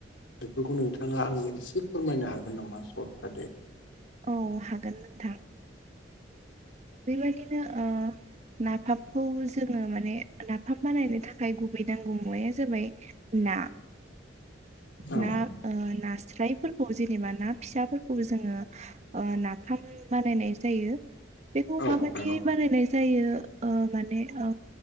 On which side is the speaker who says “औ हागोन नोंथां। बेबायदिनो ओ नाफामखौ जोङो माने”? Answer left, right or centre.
Right